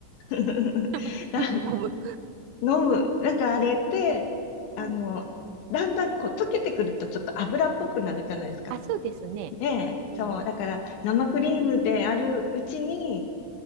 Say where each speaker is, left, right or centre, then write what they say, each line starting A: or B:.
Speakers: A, on the left; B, on the right.
A: <laughs>
B: クリーム飲む。
A: だ飲む。なんかあれって、あの、
B: うん。
A: だんだんこう溶けてくるとちょっと油っぽくなるじゃないですか。
B: あ、そうですね。
A: ねえ。そう。
B: うん。あ
A: だから生クリームであるうちに